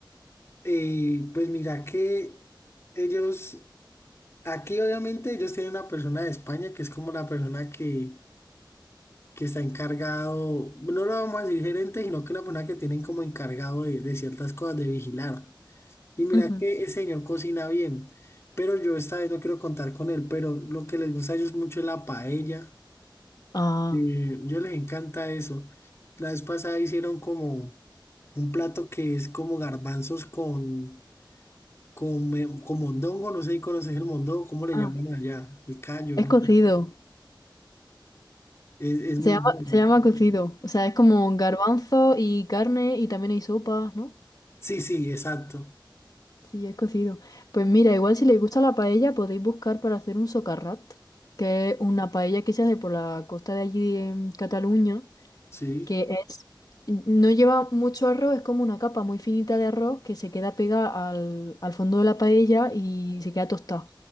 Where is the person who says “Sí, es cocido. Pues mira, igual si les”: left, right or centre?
Left